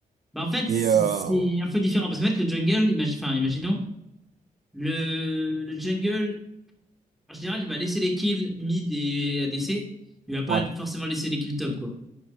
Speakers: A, in the centre; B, on the right (about 75°).
A: Bah, en fait, c'est
B: Et. euh,
A: c'est un peu différent parce qu'en fait, le jungle, imagi- enfin, imaginons, le, le jungle, en général, il va laisser les kills mid et ADC. Il va pas
B: ouais.
A: forcément laisser les kills top, quoi.